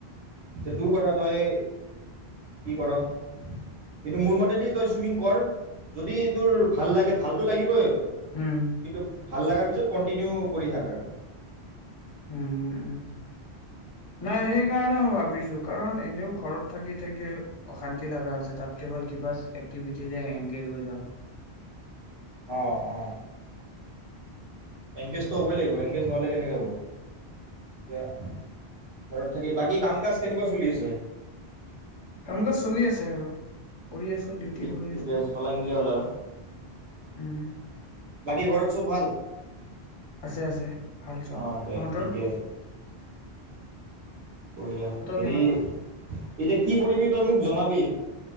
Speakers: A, on the right; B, on the left.
A: যে তোৰ কথা তই কি ক'ৰ। কিন্তু মোৰ মতেদি তই ছুইমিং কৰ যদি তোৰ ভাল লাগে, ভালতটো লাগিব <unintelligible>
B: উম,
A: কিন্তু ভাল লগাৰ পিছত কন্টিনিউ কৰি থাক আৰু
B: উম, উম, উম, নাই সেইকাৰণে মই ভাবিছো কাৰণ এনেও ঘৰত থাকি থাকি অশান্তি লাগা হৈছে তাত কেৱল কিবা এক্টিভিটিজ এংগেজ হৈ যাওঁ।
A: অহ অ এংগেজটো হ'বই লাগিব এংগেজ নহ'লে কেনেকৈ হ'ব। এতিয়া ঘৰত থাকি, বাকী কাম কাজ কেনেকুৱা চলি আছে?
B: কাম কাজ চলি আছে আৰু। কৰি আছো ডিউটি
A: ঠিক
B: কৰি
A: ঠিকে
B: আছো।
A: আছে চলাই নিলেই হ'ল আৰু।
B: উম,
A: বাকী ঘৰত চব ভাল?
B: আছে আছে ভাল চব।
A: অ দে
B: তহতৰ?
A: ঠিকে কৰি হেৰি
B: কেনেকুৱা?
A: এইতি কি কৰিবি তই মোক জনাবি।